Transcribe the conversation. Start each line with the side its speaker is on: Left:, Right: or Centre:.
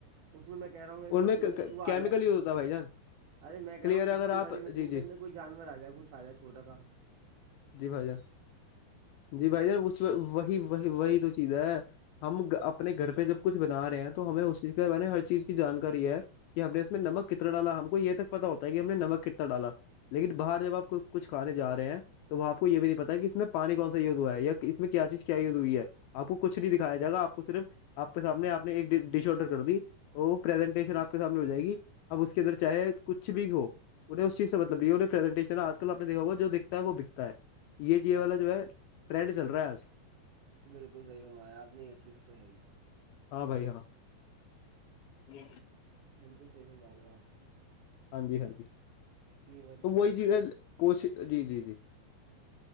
Right: اس میں کہہ رہا ہوں ایک
Left: ان
Right: مشین میں چوہا
Left: کیمیکل
Right: آ جائے
Left: یوز ہوتا ہے بھائی جان
Right: ارے میں کہہ
Left: کلیئر
Right: رہا ہوں
Left: ہے
Right: پستتی
Left: اگر آپ
Right: والی مشین
Left: جی جی
Right: کے اندر کوئی جانور آ جائے کچھ آ جائے چھوٹا کا
Left: جی بھائی جان جی بھائی جان اس وہیی وہی تو چیز ہے ہم اپنے گھر پہ جب کچھ بنا رہے ہیں تو ہمیں اس چیز کے بارے ہر چیز کی جانکاری ہے کہ ہم نے اس میں نمک کتنا ڈالا ہم کو یہ تک پتا ہوتا ہے کہ ہم نے نمک کتنا ڈالا لیکن باہر جب آپ کچھ کھانے جا رہے ہیں تو وہ آپ کو یہ بھی نہیں پتا کہ اس میں پانی کونایوز ہوا ہےیا اس میں کیا چیز کیا یوز ہوئی ہے آپ کو کچھ نہیں دکھایا جائے گا آپ کو صرف آپ کے سامنے آپ نے ایک ڈ ڈش آڈر کر دی تو پرزنٹیشن آپ کے سامنے ہو جائے گی اب اس کے اندر چاہے کچھ بھی ہو انہ اس چی سے ملبہ پریزنٹیشن آجل آ نے دکھا جو وہ بکتا ہے یہ جی والا جو ہے ٹرینڈ چل رہا ہے آج
Right: بالکل صحیح فمایا آپ نے یہ چیز تو ہے ہی
Left: ہاں بھائی ہاں جی
Right: بالکل صحیح فرما رہے ہو آپ
Left: ہاں جی ہاں جی
Right: کہ
Left: تو وہی چیزیں کوشش جی جی جی